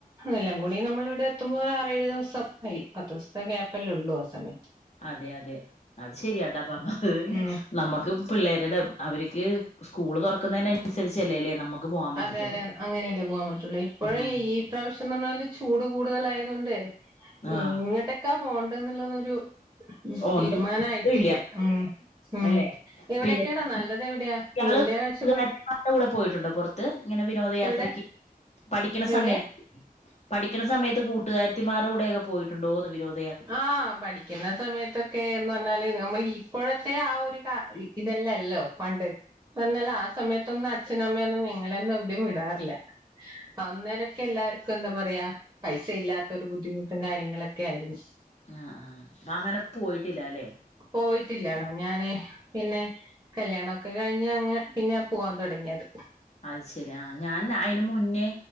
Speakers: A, on the right; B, on the left.
A: എെല്ലാം കൂടി നമ്മള ഇവിടെ എത്തുമ്പോൾ ഒരു ആറേഏഴ് ദിവസം ആയി പത്ത് ദിവസത്തെ ഗ്യാപ്പല്ലേ ഉള്ളൂ അ സമിറ്റ്
B: അതെ അതെ അത് ശെരിയാട്ടാ പറഞ്ഞത്
A: ഉം
B: നമ്മക്ക് പിള്ളേരുടെ അവർക്ക് സ്കൂള് തുറക്കുന്നതിനനുസരിച്ചല്ലേല്ലേ നമുക്ക് പോകാൻ പറ്റത്തുള്ളൂ
A: അതെ അതെ അങ്ങനെയല്ലേ പോകാൻ പറ്റുള്ളൂ ഇപ്പോഴേ
B: ഉം
A: ഈ പ്രാവശ്യം എന്ന് പറഞ്ഞാല് ചൂട് കൂടുതലയത കൊണ്ട്
B: ആഹ്
A: എങ്ങട്ടൊക്കാ പോണ്ട എന്നുള്ളരു
B: ഒന്നും
A: തീരുമാനയിട്ടില്ല
B: ഇല്ല
A: ഉം ഉം
B: അല്ലെ
A: എവിടെൊക്കെടാ
B: പിന്നെ
A: നല്ലത് എവിടെയാ
B: ഇയാള്
A: നിന്റെ കാഴ്ചപ്പാട്
B: കൂകന്മാരുടെ കൂടെ പോയിട്ടുണ്ട് പുറത്ത് ഇങ്ങനെ വിനോദയാത്രക്ക്
A: എവിടെ
B: പഠിക്കുന്ന
A: എവിടെ
B: സമയത്ത് പഠിക്കണ സമയത്ത് കൂട്ടുകാാരത്തിമാർ കൂടെയൊക്കെ പോയിട്ടുണ്ടോന്ന് വിനോദ
A: ആഹ് പടി പിക്കുന്ന സമയത്തൊക്കെ എന്ന് പറഞ്ഞാല് നമ്മൾ ഇപ്പോഴത്തെ ആ ഒരു ഇതല്ലല്ലോ പണ്ട് പറഞ്ഞാാല ആ സമയത്തൊന്നും അച്ഛനമ്മയൊന്നും ഞങ്ങള ഒന്നും എവിടെയും വിടാറില്ല അ അന്നേരൊക്കെ എല്ലാർക്കും എന്താ പറയാ പൈസ ഇല്ലാത്തരു ബുദ്ധിമുട്ടും കാര്യങ്ങളൊക്കെ ആയിരുന്നു
B: ആഹ് ആഹ് അപ്പ അങ്ങനെ പോയിട്ടില്ല അല്ലേ
A: പോയിട്ടില്ലാണാ ഞാന് പിന്നെ കല്യാണംഒക്കെ കഴിഞ്ഞഞ് അങ്ങ് പിന്നെ പോവാൻ തുടങ്ങിയത്
B: അത് ശരിയാ ആഹ് ഞാൻ അയിന് മുന്നേ